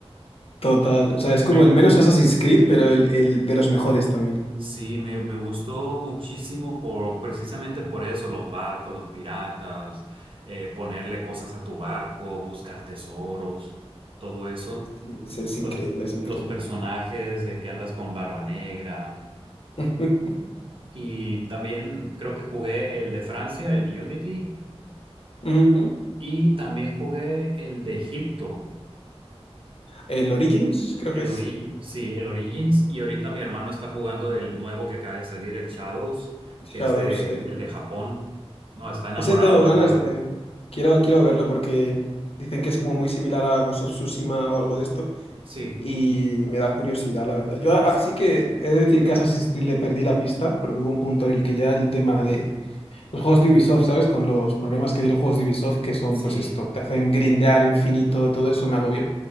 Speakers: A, on the left; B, on the right.
A: Total. O sea, es
B: <laughs>
A: como
B: Me,
A: el menos Assassin's Creed, pero el, el de los mejores también.
B: Sí, me, me gustó muchísimo por precisamente por eso, los barcos, los piratas, eh, ponerle cosas a tu barco, buscar tesoros, todo eso.
A: Sí, es, es
B: Los,
A: increíble, es increíble.
B: los personajes de que andas con Barba Negra.
A: <laughs>
B: Y también creo que jugué el de Francia, el Unity,
A: Ujú.
B: y también jugué el de Egipto.
A: El Origins, creo
B: El
A: que es.
B: Origins, sí, el Origins. Y ahorita mi hermano está jugando el nuevo que acaba de salir, el Shadows,
A: Shadows,
B: que es de
A: sí.
B: el de Japón. No, está enamorado
A: Ese tengo
B: del
A: ganas
B: juego.
A: de... Quiero, quiero verlo porque dicen que es como muy similar a Ghost of Tsushima o algo de esto.
B: Sí,
A: Y me da curiosidad, la verdad. Yo a-
B: sí,
A: así que he de decir que a Assassin's Creed le perdí la pista, porque hubo un punto en el que ya el tema de los juegos de Ubisoft, ¿sabes? Con los problemas que dieron juegos de Ubisoft, que son
B: sí,
A: pues esto, te hacen grindear infinito, todo eso me agobió.